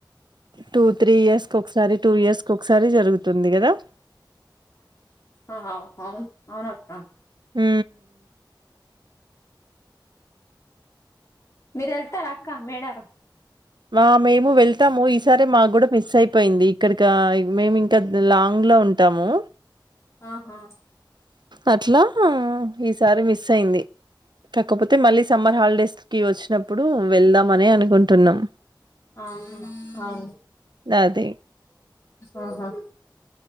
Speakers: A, on the right (about 65°); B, on the left (about 35°).
A: టూ త్రీ ఇయర్స్ క ఒకసారి టూ ఇయర్స్ క ఒకసారి జరుగుతుంది కదా
B: ఆవు అవును అవునుఅక్క
A: హు
B: మీరు వెళ్తారా అక్క మేడారం
A: మా మేము వెళ్తాము ఈసారే మాకు కూడా మిస్ అయిపోయింది ఇక్కడికి మేము ఇంకా లాంగ్ లో ఉంటాము.
B: ఆహా
A: అట్లా ఈసారి మిస్ అయింది కాకపోతే మళ్ళీ సమ్మర్ హాలిడేస్ కి వచ్చినప్పుడు అప్పుడు వెళ్దామని అనుకుంటున్నాం.
B: ఆహ అవును
A: అదే
B: ఆహా